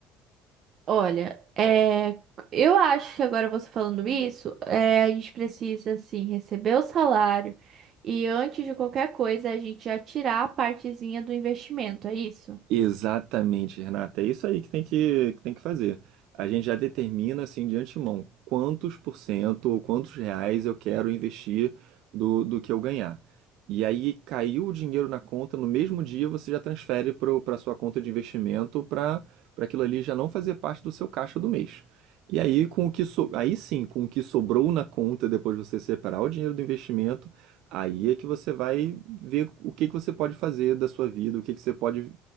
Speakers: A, on the right (about 55°); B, on the right (about 70°).
A: Olha, é, eu acho que agora você falando isso, é, a gente precisa, assim, receber o salário e antes de qualquer coisa a gente já tirar a partezinha do investimento, é isso?
B: Exatamente, Renata. É isso aí que tem que, que tem que fazer. A gente já determina assim de antemão quantos por cento ou quantos reais eu quero investir do, do que eu ganhar. E aí caiu o dinheiro na conta, no mesmo dia você já transfere para a sua conta de investimento para para aquilo ali já não fazer parte do seu caixa do mês. E aí com o que so, aí sim, com o que sobrou na conta depois de você separar o dinheiro do investimento, aí é que você vai ver o que que você pode fazer da sua vida, o que que você pode